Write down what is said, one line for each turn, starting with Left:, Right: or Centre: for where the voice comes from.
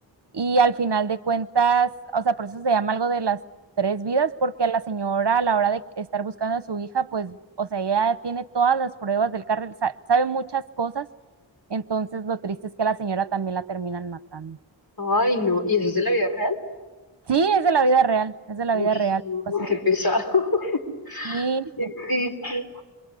Right: y al final de cuentas, o sea, por eso se llama algo de las tres vidas, porque a la señora a la hora de estar buscando a su hija, pues, o sea, ella tiene todas las pruebas del cartel, sa- sabe muchas cosas, entonces lo triste es que a la señora también la terminan matando.
Left: Ay, no, ¿y eso es de la vida real?
Right: Sí, es de la vida real, es de la
Left: Uy,
Right: vida real.
Left: no,
Right: Pasó.
Left: qué pesado. <laughs>
Right: Sí,
Left: Qué triste.